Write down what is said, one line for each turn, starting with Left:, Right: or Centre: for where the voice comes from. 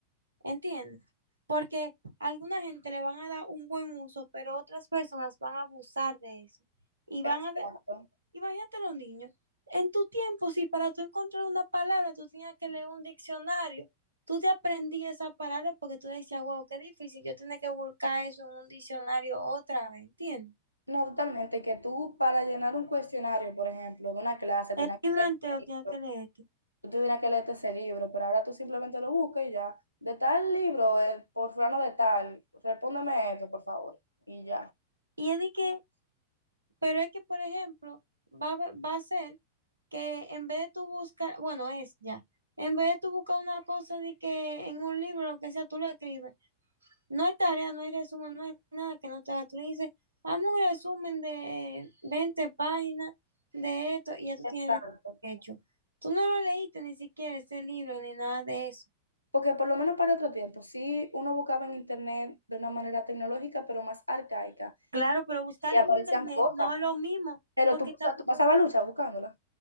Right: ¿entiendes? Porque a alguna gente le van a dar un buen uso, pero otras personas van a abusar de eso. Y van
Left: Exacto.
Right: a... de- Imagínate los niños, en tu tiempo, si para tú encontrar una palabra tú tenías que leer un diccionario, tú te aprendías esa palabra porque tú decías, wow, qué difícil, yo tenía que buscar eso en un diccionario otra vez, ¿entiendes?
Left: No, totalmente, que tú para llenar un cuestionario, por ejemplo, de una clase, tenías
Right: El
Left: que
Right: libro
Left: leer
Right: entero
Left: el
Right: tienes
Left: libro,
Right: que leerte.
Left: tú tenías que leerte ese libro, pero ahora tú simplemente lo buscas y ya, de tal libro, eh, por fulano de tal, respóndeme esto, por favor, y ya.
Right: Y es de que, pero es que, por ejemplo, va a, haber- va a ser que en vez de tú buscar, bueno, es ya, en vez de tú buscar una cosa de que en un libro, lo que sea, tú lo escribes. No hay tarea, no hay resumen, no hay nada que no te haga. Tú le dices, hazme un resumen de 20 páginas de esto y ya tú tienes
Left: Exacto.
Right: el hecho. Tú no lo leíste ni siquiera ese libro ni nada de eso.
Left: Porque por lo menos para otro tiempo, sí uno buscaba en internet de una manera tecnológica, pero más arcaica,
Right: Claro, pero buscar
Left: y aparecían
Right: en internet
Left: cosas,
Right: no es lo mismo,
Left: pero
Right: porque
Left: tú, pasa- tú pasabas lucha buscándolas.